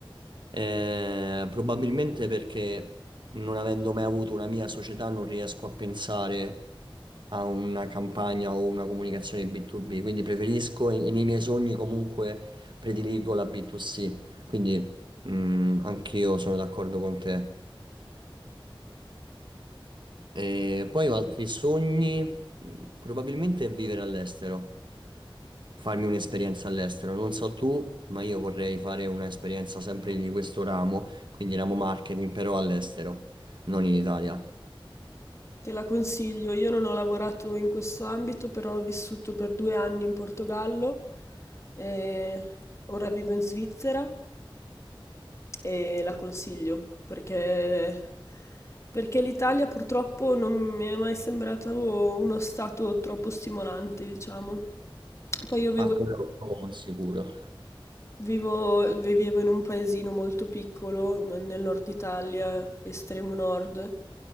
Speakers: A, on the right; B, on the left.
A: Eh, probabilmente perché non avendo mai avuto una mia società non riesco a pensare a una campagna o una comunicazione B2B, quindi preferisco e nei miei sogni comunque prediligo la B2C. Quindi mm, anche io sono d'accordo con te. E poi ho altri sogni, mm, probabilmente vivere all'estero, farmi un'esperienza all'estero. Non so tu, ma io vorrei fare un'esperienza sempre di questo ramo, quindi ramo marketing, però all'estero, non in Italia.
B: Te la consiglio, io non ho lavorato in questo ambito, però ho vissuto per due anni in Portogallo e ora vivo in Svizzera e la consiglio perché, perché l'Italia purtroppo non mi è mai sembrato uno stato troppo stimolante, diciamo. Poi io vengo
A: Ah, quello lo sicuro.
B: Vivo, vivevo in un paesino molto piccolo, n- nel nord Italia, estremo nord,